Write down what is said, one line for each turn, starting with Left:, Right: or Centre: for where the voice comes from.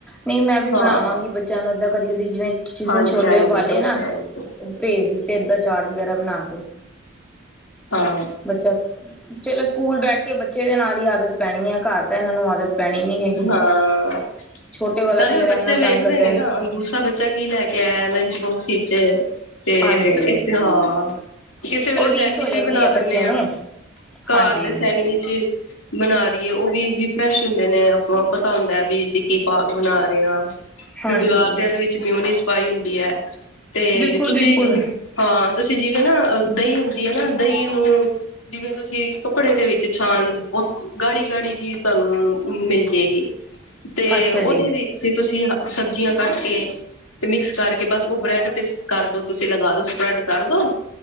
Centre: ਨਹੀਂ ਮੈਂ ਵੀ
Left: ਹਾਂ
Centre: ਬਣਾਵਾਂਗੀ। ਬੱਚਿਆਂ ਨੂੰ ਤਾਂ ਕਦੀ- ਕਦੀ ਜਿਵੇਂ। ਜਿਸ
Left: ਹਾਂਜੀ
Centre: ਦਿਨ ਛੋਲੇ
Left: ਹਾਂਜੀ
Centre: ਉਬਾਲੇ
Left: ਉਹ
Centre: ਨਾ,
Left: ਤੇ ਹੈ ਹੀ
Centre: ਉਹ ਭੇਜ ਦਿੱਤੇ, ਏਦਾਂ ਚਾਟ ਵਗੈਰਾ ਬਣਾ ਕੇ।
Left: ਹਾਂ।
Centre: ਬੱਚਾ, ਚਲੋ ਸਕੂਲ ਬੈਠ ਕੇ ਬੱਚੇ ਦੇ ਨਾਲ ਹੀ ਆਦਤ ਪੈਣੀ ਹੈ। ਘਰ ਤਾਂ ਇਹਨਾਂ ਨੂੰ ਆਦਤ। ਪੈਣੀ ਨੀ ਹੈਗੀ
Left: ਹਾਂ,
Centre: ਛੋਟੇ ਵਾਲਾ
Left: ਪਹਿਲੇ
Centre: ਤੇ ਮੇਰਾ
Left: ਵੀ ਬੱਚੇ
Centre: ਇੰਨਾ ਤੰਗ
Left: ਵੇਖਦੇ
Centre: ਕਰਦਾ
Left: ਨੇ ਨਾ, ਦੂਸਰਾ ਬੱਚਾ। ਕੀ ਲੈ ਕੇ ਆਇਆ, ਲੰਚ ਬੋਕਸ ਵਿੱਚ। ਤੇ,
Centre: ਹਾਂਜੀ
Left: ਅਸੀਂ ਹਾਂ, ਕਿਸੇ ਵੇਲੇ
Centre: ਉਹ
Left: ਸੈਂਡਵਿਚ
Centre: ਰੀਸ ਹੋ ਜਾਂਦੀ
Left: ਵੀ ਬਣਾ
Centre: ਹੈ
Left: ਦਿੰਦੇ
Centre: ਬੱਚੇ
Left: ਹਾਂ।
Centre: ਨੂੰ
Left: ਘਰ
Centre: ਹਾਂਜੀ
Left: ਦੇ ਸੈਂਡਵਿਚ, ਬਣਾ ਦੀ ਏ, ਉਹ ਵੀ, ਵੀ ਫਰੈਸ਼ ਹੁੰਦੇ ਨੇ। ਸਾਨੂੰ ਪਤਾ ਹੁੰਦਾ ਵੀ ਅਸੀਂ ਕੀ ਪਾ ਕੇ ਬਣਾ ਰਹੇ ਹਾਂ,
Centre: ਹਾਂਜੀ
Left: ਵੀ ਬਜ਼ਾਰ ਦੇ ਇਹਦੇ ਵਿੱਚ। ਵਿਚ ਮਿਉਨੀਸ ਪਾਈ ਹੁੰਦੀ ਹੈ, ਤੇ
Centre: ਬਿਲਕੁਲ
Left: ਤੁਸੀਂ।
Centre: ਬਿਲਕੁਲ
Left: ਹਾਂ, ਤੁਸੀਂ ਜਿਵੇਂ ਨਾ, ਦਹੀਂ ਹੁੰਦੀ ਹੈ ਨਾ, ਦਹੀਂ ਨੂੰ। ਜਿਵੇਂ ਤੁਸੀਂ ਕੱਪੜੇ ਦੇ ਵਿੱਚ ਛਾਨ ਲੋ, ਉਹ ਗਾੜੀ- ਗਾੜੀ। ਚੀਜ ਤੁਹਾਨੂੰ ਮਿਲ ਜਾਏਗੀ, ਤੇ
Centre: ਅੱਛਾ
Left: ਉਹਦੇ
Centre: ਜੀ
Left: ਵਿੱਚ। ਵਿੱਚ ਹੀ ਤੁਸੀਂ, ਸਬਜ਼ੀਆਂ ਕੱਟ ਕੇ। ਤੇ ਮਿਕਸ ਕਰਕੇ ਬਸ ਉਹ ਬ੍ਰੈਡ ਤੇ ਕਰਦੋ ਤੁਸੀਂ ਲਗਾ ਦੋ ਸਪ੍ਰੈਡ ਕਰਦੋ।